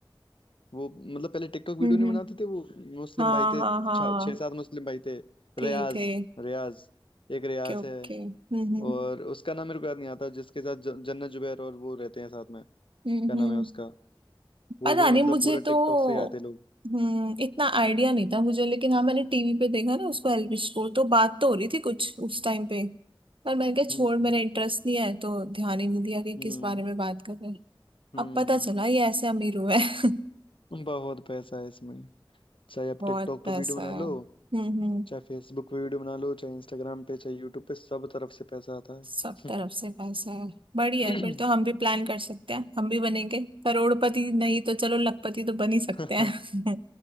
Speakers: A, on the left; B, on the right.
A: वो मतलब पहले टिकटॉक वीडियो
B: हम्म
A: नहीं
B: हम्म
A: बनाते थे वो मुस्लिम
B: हाँ
A: भाई थे
B: हाँ हाँ
A: छह छह सात मुस्लिम भाई थे
B: थे
A: रियाज
B: थे
A: रियाज
B: Okay
A: एक रियाज
B: okay
A: है
B: हम्म हम्म
A: और उसका नाम मेरे को याद नहीं आता जिसके साथ ज- जन्नत जुबैर और वो रहते हैं साथ में
B: हम्म
A: क्या नाम
B: हम्म।
A: है उसका वो
B: पता
A: भी
B: नहीं
A: मतलब
B: मुझे
A: पूरा
B: तो
A: टिकटॉक से ही आए थे लोग
B: हम्म इतना आइडिया नहीं था मुझे लेकिन हाँ मैंने टीवी पे देखा ना उसको एल्विश को तो बात तो हो रही थी कुछ उस टाइम पे पर मैंने कहा
A: हम्म
B: छोड़ मेरा इंटरेस्ट नहीं है तो ध्यान ही नहीं दिया कि
A: हम्म
B: किस बारे में बात कर रहे हैं
A: हम्म
B: अब पता चला ये ऐसे अमीर हुए हैं।
A: बहुत पैसा है इसमें
B: <laughs>
A: चाहे आप
B: बहुत
A: टिकटॉक
B: पैसा
A: पे वीडियो बना
B: है
A: लो
B: हम्म हम्म
A: चाहे फेसबुक पे वीडियो बना लो चाहे इंस्टाग्राम पे चाहे यूट्यूब पे सब तरफ से पैसा आता
B: सब
A: है
B: तरफ
A: <clears throat>
B: से पैसा है बढ़िया
A: हम्म,
B: है फिर तो हम भी प्लान कर सकते हैं हम भी बनेंगे करोड़पति नहीं तो चलो लखपति तो बन ही सकते
A: <laughs>
B: हैं